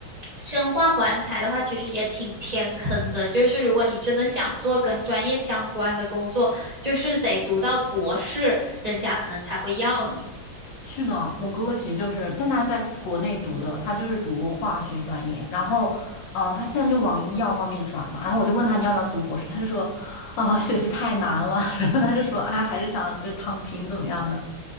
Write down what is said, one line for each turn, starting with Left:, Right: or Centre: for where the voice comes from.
Right: 生化环材的话，其实也挺天坑的。就是如果你真的想做跟专业相关的工作，就是得读到博士，人家可能才会要你。
Left: 是的，我哥哥其实就是，但他是在国内读的，他就是读化学专业，然后，呃，他现在就往医药方面转嘛。然后我就问他你要不要读博士，他就说，啊、学习太难了。<laughs> 然后他就说，哎，还是想就是躺平怎么样的